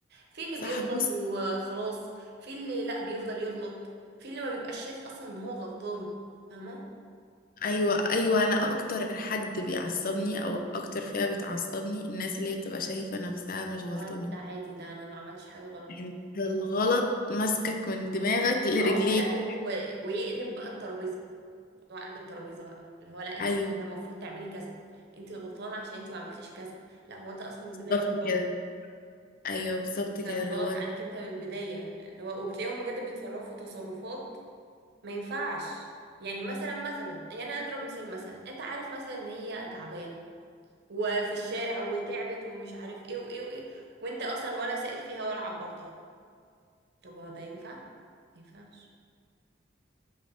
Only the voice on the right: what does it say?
في اللي
بيغلط
وخلاص في اللي لا بيفضل يغلط في اللي ما بيبقاش شايف اصلا ان هو غلطان فاهمه
لو
ده عادي ده انا ما عملتش حاجه غلط
اه لا و... ويقلب بقى الترابيزه موضوع قلب الترابيزه بقى اللي هو لا انت
كان المفروض تعملي كذا انت غلطانه عشان انت ما عملتيش كذا لا هو انت اصلا من البدايه
غلطان
كان الغلط
عليك انت من البدايه اللي هو وبتلاقيهم بجد بيتصرفوا تصرفات ما ينفعش يعني مثلا مثلا يعني انا اضرب مثال مثلا انت عارف مثلا ان هي تعبانه وفي الشارع وتعبت ومش عارف ايه وايه وايه وانت اصلا ولا سائل فيها ولا عبرتها طب هو ده ينفع ما ينفعش